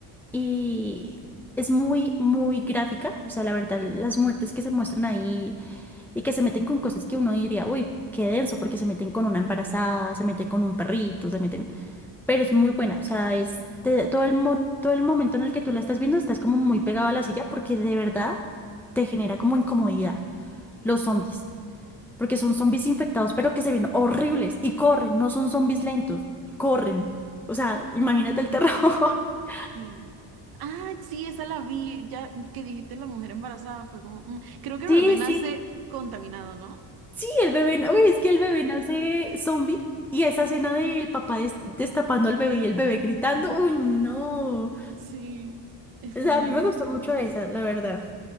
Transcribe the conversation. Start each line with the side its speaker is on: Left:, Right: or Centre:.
Centre: Y es muy, muy gráfica. O sea, la verdad, las muertes que se muestran ahí y que se meten con cosas que uno diría, uy, qué denso, porque se meten con una embarazada, se meten con un perrito, se meten, pero es muy buena, o sea, es te- todo el mo- todo el momento en el que tú la estás viendo estás como muy pegado a la silla porque de verdad te genera como incomodidad los zombies, porque son zombies infectados, pero que se ven horribles y corren, no son zombies lentos, corren. O sea, imagínate el terror. <laughs>
Right: Sí. Ah, sí, esa la vi, ya que dijiste la mujer embarazada, fue como, "Mm, creo que el
Centre: Sí,
Right: bebé nace
Centre: sí.
Right: contaminado, ¿no?
Centre: Sí, el bebé, uy, es que el bebé nace zombie y esa escena del papá des- destapando al bebé y el bebé gritando, uy, no. O
Right: Sí, es
Centre: sea,
Right: fea.
Centre: a mí me gustó mucho esa, la verdad.